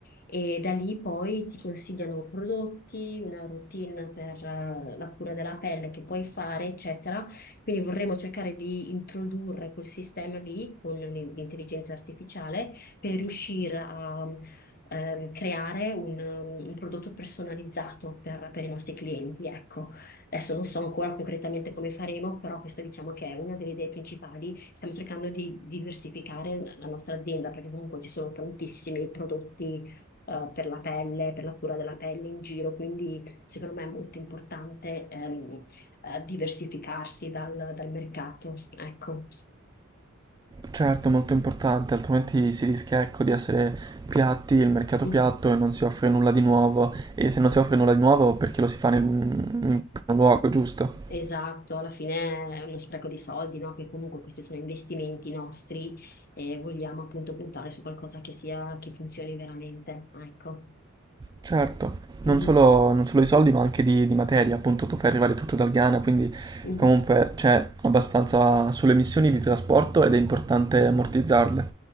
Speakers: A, on the left; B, on the right.
A: e da lì poi ti consigliano prodotti, una routine per eh, la cura della pelle che puoi fare, eccetera. Quindi vorremmo cercare di introdurre quel sistema lì con l'in- l'intelligenza artificiale per riuscire a ehm, creare un, un prodotto personalizzato per, per i nostri clienti, ecco. Adesso non so ancora concretamente come faremo, però questa diciamo che è una delle idee principali. Stiamo cercando di diversificare la nostra azienda perché comunque ci sono tantissimi prodotti eh, per la pelle, per la cura della pelle in giro, quindi secondo me è molto importante ehm, eh, diversificarsi dal, dal mercato. Ecco.
B: Certo, molto importante, altrimenti si rischia, ecco, di essere piatti, il mercato
A: Mm.
B: piatto e non si offre nulla di nuovo. E se non si offre nulla di nuovo, perché lo si fa nel, in primo luogo, giusto?
A: Esatto, alla fine è uno spreco di soldi, no? Che comunque questi sono investimenti nostri e vogliamo appunto puntare su qualcosa che sia, che funzioni veramente. Ecco.
B: Certo,
A: Mhm,
B: non solo, non solo di soldi, ma anche di, di materia. Appunto, tu fai arrivare tutto dal Ghana, quindi
A: mhm.
B: comunque c'è abbastanza sulle emissioni di trasporto ed è importante ammortizzarle.